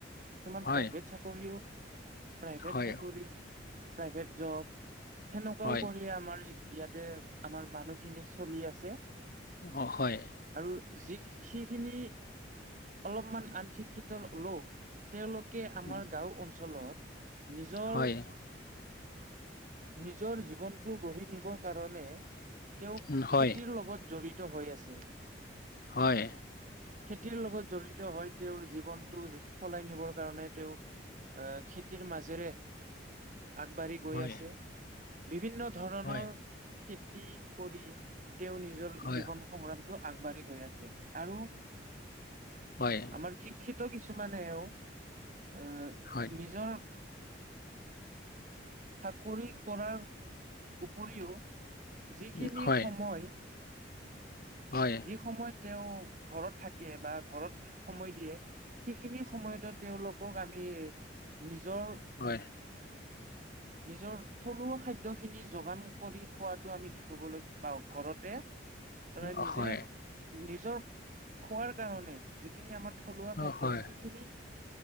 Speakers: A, on the right; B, on the left.
A: কিছুমান
B: হয়
A: প্ৰাইভেট চাকৰিও, প্ৰাইভেট
B: হয়
A: চাকৰি, প্ৰাইভেট জব সেনেকুৱাও
B: হয়
A: কৰি আমাৰ ইয়াতে, আমাৰ মানুহখিনি চলি আছে
B: অ, হয়।
A: আৰু যি সিখিনি অলপমান আন শিক্ষিত লোক তেওঁলোকে আমাৰ
B: উম,
A: গাঁও অঞ্চলত নিজৰ
B: হয়
A: নিজৰ জীৱনটো গঢ়ি নিবৰ কাৰণে তেওঁ
B: উম, হয়
A: খেতিৰ লগত জড়িত হৈ আছে।
B: হয়।
A: খেতিৰ লগত জড়িত হৈ তেওঁৰ জীৱনটো চলাই নিবৰ কাৰণে তেওঁ এ খেতিৰ মাজেৰে আগবাঢ়ি গৈ
B: হয়
A: আছে বিভিন্ন ধৰণৰ
B: হয়
A: খেতি কৰি তেওঁ নিজৰ
B: হয়
A: জীৱন সংগ্ৰামটো আগবাঢ়ি গৈ আছে আৰু
B: হয়
A: আমাৰ শিক্ষিত কিছুমানেও এ
B: হয়
A: নিজৰ চাকৰি কৰাৰ উপৰিও যিখিনি
B: উম, হয়
A: সময়
B: হয়।
A: যি সময়ত তেওঁ ঘৰত থাকে বা ঘৰত সময় দিয়ে সেইখিনি সময়তো তেওঁলোকক আমি নিজৰ
B: হয়।
A: নিজৰ থলুৱা খাদ্যখিনি যোগান কৰি খোৱাটো আমি দেখাবলৈ পাওঁ ঘৰতে
B: <inaudible>
A: ধৰা নিজে
B: হয়
A: নিজৰ খোৱাৰ কাৰণে যিখিনি আমাৰ থলুৱা খাদ্য
B: অ, হয়
A: সেইখিনি